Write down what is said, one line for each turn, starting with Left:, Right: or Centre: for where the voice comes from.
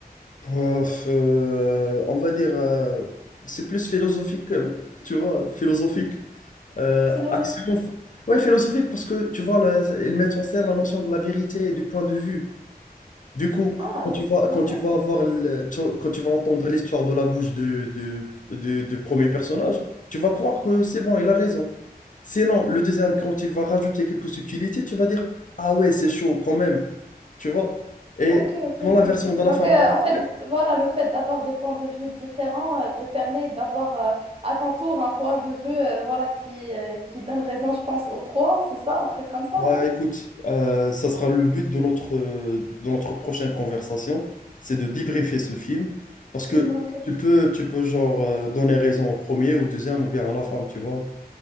Left: Euh, euh, on va dire, euh, c'est plus philosophique, euh, tu vois, philosophique. Euh,
Right: Philosophique.
Left: action. Ouais, philosophique parce que, tu vois, là, ils mettent en scène la notion de la vérité et du point de vue. Du coup,
Right: Ah,
Left: quand tu vas,
Right: d'accord.
Left: quand tu vas avoir le- tu- quand tu vas entendre l'histoire de la bouche de, de, de- de premier personnage, tu vas croire que c'est bon, il a raison. Sinon, le deuxième, quand il va rajouter quelques subtilités, tu vas dire, ah ouais, c'est chaud quand même. Tu vois? Et
Right: Ok, ok,
Left: quand la
Right: ok.
Left: version de la
Right: Donc,
Left: fin
Right: euh,
Left: va
Right: en fait,
Left: apparaître,
Right: voilà, le fait d'avoir des points de vue différents euh, te permet d'avoir euh, à ton tour un point de vue euh, voilà, qui, euh, qui donne raison, je pense, aux trois, c'est ça, un truc comme ça,
Left: bah,
Right: non?
Left: écoute, euh, ça sera le but de notre, euh, de notre prochaine conversation, c'est de débriefer ce film. Parce que
Right: Mhm, ok.
Left: tu peux, tu peux genre, euh, donner raison au premier, au deuxième ou bien à la femme, tu vois?